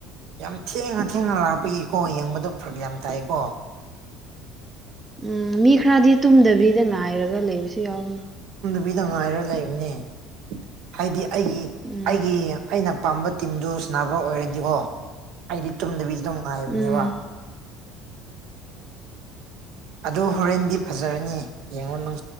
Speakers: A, on the right; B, on the right.
A: ꯌꯥꯝ ꯊꯦꯡꯅ ꯊꯦꯡꯅ ꯂꯥꯛꯄꯒꯤꯀꯣ ꯌꯦꯡꯕꯗꯣ ꯐꯔꯛ ꯌꯥꯝ ꯇꯥꯏꯀꯣ
B: ꯎꯝ ꯃꯤ ꯈꯔꯗꯤ ꯇꯨꯝꯗꯕꯤꯗ ꯉꯥꯏꯔꯒ ꯂꯩꯕꯁꯨ ꯌꯥꯎꯕꯅꯤ
A: ꯕꯤꯗ ꯉꯥꯏꯔ ꯂꯩꯕꯅꯦ ꯍꯥꯏꯗꯤ ꯑꯩꯒꯤ
B: ꯎꯝ
A: ꯑꯩꯒꯤ ꯑꯩꯅ ꯑꯄꯥꯝꯕ ꯇꯤꯝꯗꯨ ꯁꯥꯟꯅꯕ ꯑꯣꯏꯔꯗꯤꯀꯣ ꯑꯩꯗꯤ ꯇꯨꯝꯗꯕꯤꯗ ꯑꯗꯨꯅꯨꯡ ꯉꯥꯏꯕꯅꯦꯕ
B: ꯎꯝ
A: ꯑꯗ ꯍꯣꯔꯦꯟꯗꯤ ꯐꯖꯔꯅꯤ ꯌꯦꯡꯉꯣ ꯅꯪ